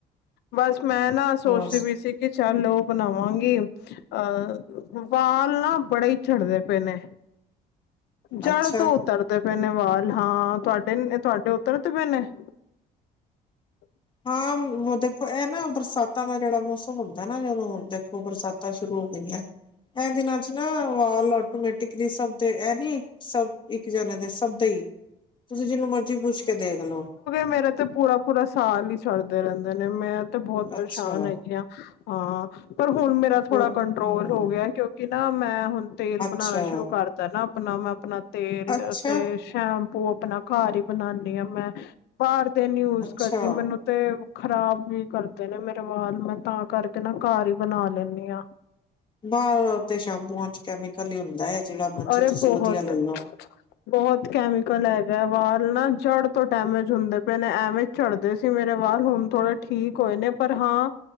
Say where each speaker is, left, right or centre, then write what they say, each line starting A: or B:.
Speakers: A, on the left (about 80°); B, on the left (about 30°).
A: ਬਸ ਮੈਂ ਨਾ ਸੋਚਦੀ
B: ਹੋਰ
A: ਪਈ ਸੀ ਕੇ ਚੱਲ ਓ ਬਣਾਵਾਂਗੀ ਆ, ਵਾਲ ਨਾ ਬੜੇ ਈ ਝੜਦੇ ਪਏ ਨੇ। ਜੜ
B: ਅੱਛਾ
A: ਤੋਂ ਉਤਰਦੇ ਪਏ ਨੇ ਵਾਲ ਹਾਂ ਤੁਹਾਡੇ-ਤੁਹਾਡੇ ਉਤਰਦੇ ਪਏ ਨੇ? <inaudible>
B: ਹਾਂ ਉ ਦੇਖੋ ਏ ਨਾ ਬਰਸਾਤਾਂ ਦਾ ਜੇੜਾ ਮੌਸ ਹੁੰਦਾ ਨਾ ਜਦੋਂ ਹੁਣ ਦੇਖੋ ਬਰਸਾਤਾਂ ਸ਼ੁਰੂ ਹੋ ਗਈਆਂ ਐ ਦਿਨਾਂ ਚ ਨਾ ਵਾਲ ਆਟੋਮੇ ਏਕ ਨੀ ਸਭ ਤੇ ਐ ਨੀ, ਸਭ ਏਕ ਜਾਣੇ ਦੇ ਸਭ ਤੇ ਈ ਤੁਸੀਂ ਜੇਨੂੰ ਮਰਜ਼ੀ ਪੁੱਛ ਕੇ ਦੇਖ ਲੋ।
A: ਮੇਰਾ ਤੇ ਪੂਰਾ-ਪੂਰਾ ਸਾਲ ਹੀ ਛੱੜਦੇ ਰਹਿੰਦੇ ਨੇ ਮੈਂ ਤੇ ਬਹੁਤ ਪਰੇਸ਼ਾਨ
B: ਅੱਛਾ
A: ਹੈਗੀ ਹ ਹਾਂ, ਪਰ ਹੁਣ ਮੇਰਾ ਥੋੜ੍ਹਾ
B: ਹਮ
A: ਕੰਟਰੋਲ ਹੋ ਗਿਆ ਕਿਉਂਕਿ ਨਾ ਮੈਂ ਹੁਣ। ਤੇਲ
B: ਅੱਛਾ
A: ਬਣਾਉਣਾ ਸ਼ੁਰੂ ਕਰਤਾ ਨਾ ਆਪਣਾ ਮੈਂ ਆਪਣਾ ਤੇਲ
B: ਅੱਛਾ
A: ਅਤੇ ਸ਼ੈਂਪੂ ਆਪਣਾ। ਘਰ ਹੀ ਬਣਾਉਦੀ ਹਾਂ ਮੈਂ ਬਾਹਰ ਦਿਨ ਯੂਜ
B: ਅੱਛਾ
A: ਕਰਦੀ ਮੈਨੂੰ। ਤੇ ਖ਼ਰਾਬ ਵੀ ਕਰਦੇ ਨੇ, ਮੇਰੇ ਵਾਲ ਮੈਂ ਤਾਂ ਆਪ। ਕਰਕੇ ਨਾ ਘਰ ਹੀ ਬਣਾ ਲੈਂਦੀ ਹਾਂ
B: ਬਾਹਰ ਤੇ ਸੈਂਪੂਆਂ ਚ ਕੈਮੀਕਲ ਹੀ ਹੁੰਦਾ ਹੈ, ਜਿਹੜਾ ਮਰਜੀ
A: ਅਰੇ
B: ਤੁਸੀਂ
A: ਬਹੁਤ
B: ਵਧੀਆ ਲੈ ਲਓ।
A: ਬਹੁਤ ਕੈਮੀਕਲ ਹੈ। ਮੇਰਾ ਵਾਲ ਨਾ ਜੜ ਤੋਂ ਡੈਮੇਜ ਹੁੰਦੇ ਪਏ ਨੇ ਐਵੇਂ ਝੜਦੇ ਸੀ ਮੇਰੇ ਵਾਲ ਹੁਣ ਥੋੜੇ। ਠੀਕ ਹੋਏ ਨੇ ਪਰ ਹਾਂ।